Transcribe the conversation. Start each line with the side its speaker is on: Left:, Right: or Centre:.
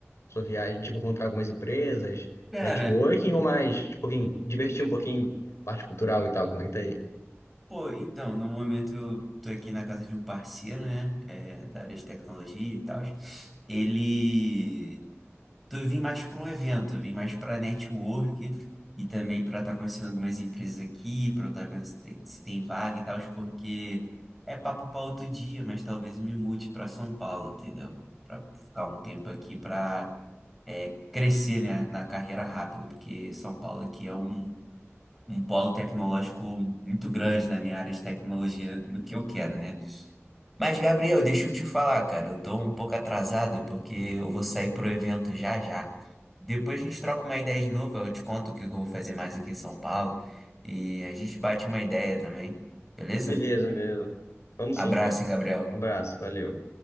Left: Sua viagem, tipo, encontrar algumas empresas,
Centre: Cara,
Left: networking
Centre: en-
Left: ou mais, tipo, um pouquinho divertir um pouquinho, parte cultural e tal, como é que tá aí?
Centre: pô, então, no momento eu tô aqui na casa de um parceiro, né? é, da área de tecnologia e tal. Ele. Tô, eu vim mais pra um evento, eu vim mais pra network e também pra estar conhecendo algumas empresas aqui, pra eu estar vendo se tem, se tem vaga e tal, porque é papo pra outro dia, mas talvez eu me mude pra São Paulo, entendeu? Pra ficar um tempo aqui pra é, crescer, né, na carreira rápido, porque São Paulo aqui é um. um polo tecnológico muito grande na minha área de tecnologia, no que eu quero, né? Mas, Gabriel, deixa eu te falar, cara, eu tô um pouco atrasado porque eu vou sair pro evento já já. Depois a gente troca uma ideia de novo, eu te conto o que eu vou fazer mais aqui em São Paulo e a gente bate uma ideia também, beleza?
Left: Beleza, beleza. Vamos
Centre: Abraço,
Left: sim, cara.
Centre: hein, Gabriel.
Left: Um abraço, valeu.